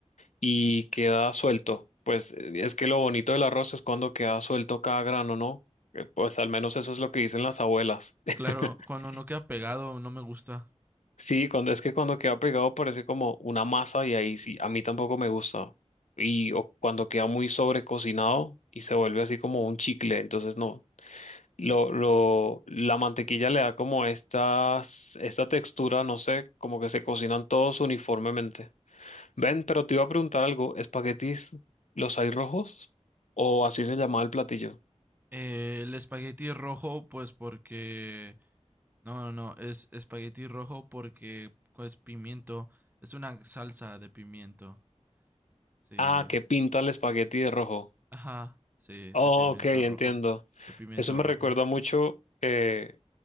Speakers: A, on the left (about 80°); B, on the right (about 15°).
A: y queda suelto. Pues eh, es que lo bonito del arroz es cuando queda suelto cada grano, ¿no? Eh, Pues al menos eso es lo que dicen las abuelas. <laughs>
B: Claro, cuando no queda pegado no me gusta.
A: Sí, cuando es que cuando queda pegado parece como una masa y ahí sí, a mí tampoco me gusta. Y o cuando queda muy sobrecocinado y se vuelve así como un chicle, entonces no. Lo, lo, la mantequilla le da como estas, esta textura, no sé, como que se cocinan todos uniformemente. Ven, pero te iba a preguntar algo, ¿espaguetis los hay rojos? ¿O así se llamaba el platillo?
B: Eh, el espagueti rojo, pues porque... No, no, no, es espagueti rojo porque pues pimiento. Es una salsa de pimiento. Sí.
A: Ah, que pinta el espagueti de rojo.
B: Ajá, sí, de
A: Oh,
B: pimiento
A: ok, entiendo.
B: rojo. De pimiento
A: Eso me
B: rojo.
A: recuerda mucho, eh,